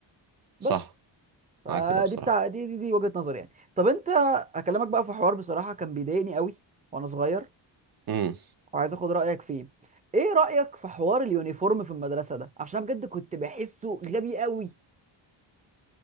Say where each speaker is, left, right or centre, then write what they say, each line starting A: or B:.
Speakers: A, on the right; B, on the right.
A: بس
B: صح
A: فدي
B: معاك كده بصراحة
A: بتاع دي دي, دي وجهه نظري يعني طب انت هكلمك بقى في حوار بصراحه كان بيضايقني قوي وانا صغير
B: امم
A: وعايز اخد رايك فيه ايه رايك في حوار اليونيفورم في المدرسه ده عشان أنا بجد كنت بحسه غبي قوي